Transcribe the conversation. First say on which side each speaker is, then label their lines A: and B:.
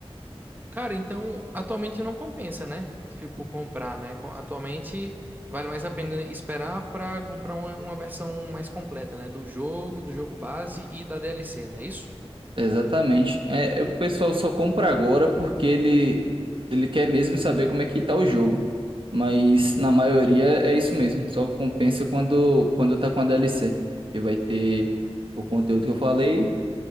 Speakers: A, on the right (about 20°); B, on the right (about 55°).
A: Cara, então atualmente não compensa, né? Tipo, comprar, né? Co- Atualmente vale mais a pena esperar pra comprar uma, uma versão mais completa, né? Do jogo, do jogo base e da DLC, não é isso?
B: Exatamente. É, o pessoal só compra agora porque ele, ele quer mesmo saber como é que tá o jogo. Mas na maioria é isso mesmo. Só compensa quando, quando tá com a DLC. Que vai ter o conteúdo que eu falei